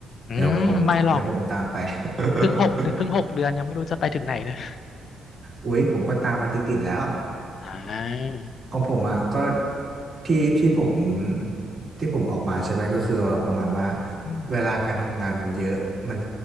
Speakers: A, on the left; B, on the right.
A: อืมไม่หรอก
B: เดี๋ยวผมเดี๋ยวผมตามไป <laughs>
A: เพิ่งหกเพิ่งหกเดือนยังไม่รู้จะไปถึงไหนเลย
B: อุ๊ยผมก็ตามมาติดๆแล้ว
A: อ่า
B: ของผมอ่ะก็ที่ที่ผมที่ผมออกมาใช่ไหมก็คือประมาณว่า
A: อืม
B: เวลาการทำงานมันเยอะมัน